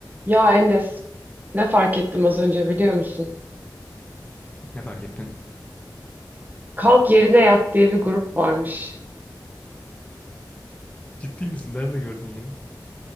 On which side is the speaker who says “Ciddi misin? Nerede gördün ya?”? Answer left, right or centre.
Left